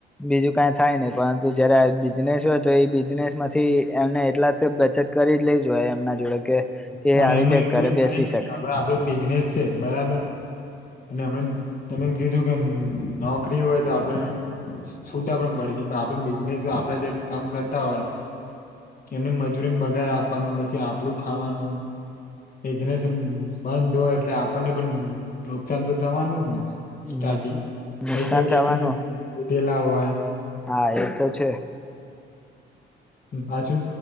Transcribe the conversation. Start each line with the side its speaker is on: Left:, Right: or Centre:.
Centre: બીજું કઈ થાય નહી પરંતુ જયારે બિઝનેસ હોય તો એ બિઝનેસ માંથી એમને એટલા તો બચત કરી જ લઈ જ હોય એમના જોડે કે
Left: પણ
Centre: એ આવી
Left: એમાં
Centre: રીતે
Left: એવું
Centre: ઘરે
Left: એ થાય
Centre: બેસી
Left: ને
Centre: શકે.
Left: <unintelligible> બિઝનેસ છે, બરાબર <unintelligible> તમે એમ કીધું કે નોકરી હોય તો આપડે છૂટા પણ પડી જે આપડ બિઝનેસ હોય આપડા ત્યાં કામ કરતા હોય એમને મજૂરીને પગાર આપવાનું પછી આપડું ખાવાનું બિઝનેસ બંધ હોય એટલે આપણને પણ નુકસાન તો થવાનું જ ને
Centre: નુકસાન
Left: સ્ટાર્ટિંગ પૈસા ક્યાંથી
Centre: થવાનું
Left: લીધેલા હોય.
Centre: હા એ તો છે.
Left: પાછું